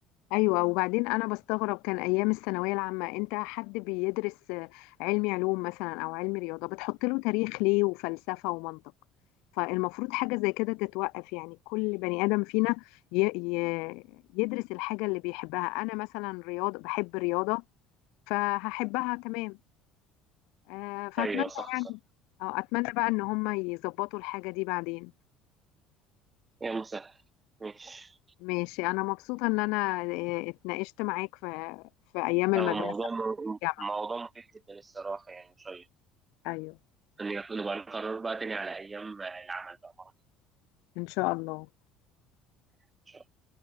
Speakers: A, on the left (about 80°); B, on the right (about 20°).
A: ايوه وبعدين انا بستغرب كان ايام الثانويه العامه انت حد بيدرس آه، علمي علوم مثلا او علمي رياضه بتحط له تاريخ ليه وفلسفه ومنطق فالمفروض حاجه زي كده تتوقف يعني كل بني ادم فينا ي... ي... يدرس الحاجه اللي بيحبها انا مثلا رياضه بحب رياضه فهحبها تمام آه فاتمنى
B: ايوه صح
A: يعني
B: صح
A: أو اتمنى بقى ان هم يظبطوا الحاجه دي بعدين
B: يا مسهل ماشي
A: ماشي انا مبسوطه ان انا آه، اتناقشت معاك في في ايام المدرسه
B: هو موضوع
A: والجامعه
B: موضوع مفيد جدا الصراحة يعني شيق
A: ايوه
B: إن يكون يبقى نقرر بقى تاني على أيام العمل بقى مرة تانية
A: إن شاء الله
B: إن شاء الله